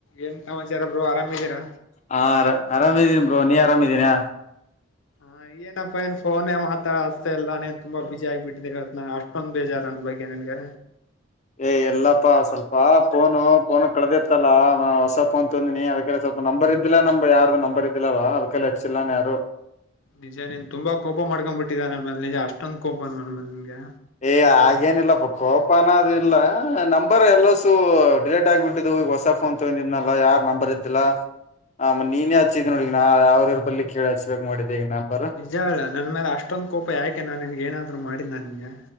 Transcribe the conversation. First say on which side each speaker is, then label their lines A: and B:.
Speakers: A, on the left (about 65°); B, on the left (about 35°).
A: ಏನ್ ಸಮಾಚಾರ ಬ್ರೋ ಆರಾಮ ಇದೀರಾ.
B: ಹಾ ಅರ ಆರಾಮಿದೀನಿ ಬ್ರೋ ನೀ ಆರಾಮ ಇದೀರಾ <unintelligible>
A: ಹಾ ಏನಪ್ಪಾ ಎನ್ ಫೋನೆ ಮಾತಾ ಹಸ್ತಾ ಇಲ್ಲ ನಿನ್ ತುಂಬಾ ಬಿಜಿ ಆಗಬಟ್ಟಿದಿರ ನಾ ಅಷ್ಟ್ ಅಸ್ಟೊಂದ ಬೇಜಾರ ನನ್ ಬಗ್ಗೆ ನಿನಿಗೆ.
B: ಏ ಇಲ್ಲಪ್ಪಾ ಸ್ವಲ್ಪ ಫೋನು ಪೋ ಕಳದಿತ್ತಲ್ಲ ನ ಹೊಸ ಫೋನ್ ತೊಂದಿನಿ ಅದಕಲೆ ಸ್ವಲ್ಪ ನಂಬರ್ ಇದಿಲ್ಲಾ ನಂಬ್ ಯಾರ್ದು ನಂಬರ್ ಇದಿಲ್ಲಲ ಅದಕಲೆ ಹಚ್ಚಿಲ್ಲಾನ ಯಾರು.
A: ನಿಜ ನೀನ್ ತುಂಬಾ ಕೋಪ ಮಾಡ್ಕೊಂಡ್ ಬಿಟ್ಟಿದ್ಯಾ ನನ್ನ ಮೇಲೆ ನಿಜ ಅಷ್ಟೊಂದ್ ಕೋಪ ನಾ ನನ್ನ ಮೇಲೆ ನಿನ್ಗೆ.
B: ಏ ಆಗೇನಿಲ್ಲಪ್ಪ ಕೋಪ ಅನೋದ ಇಲ್ಲ ನಂಬರ್ ಎಲ್ಲಸು ಡಿಲೇಟ್ ಆಗ್ಬಿಟ್ಟಿದ್ದು ಈಗ ಹೊಸ ಫೋನ್ ಫೋನ್ ತಗೊಂಡಿದ್ನಲ್ಲ ಯಾರ ನಂಬರ್ ಇದ್ದಿಲ್ಲಾ ಆ ಮ ನೀನೇ ಹಚ್ಚಿದ ನೋಡ ಈಗ ನಾ ಅವ್ರ ಇವರ್ ಬಲ್ಲಿ. ಕೇಳ ಹಚ್ಚಬೇಕ ಮಾಡಿದ್ದೆ ಈ ನಂಬರು.
A: ಹೇಳ ನನ್ ಮೇಲ ಅಷ್ಟ ಅಷ್ಟೊಂದ ಕೋಪ ಯಾಕೆ ನಾ ನಿನ್ಗೆ ಏನಾದ್ರು ಮಾಡಿದ್ನ ನಿನ್ಗೆ.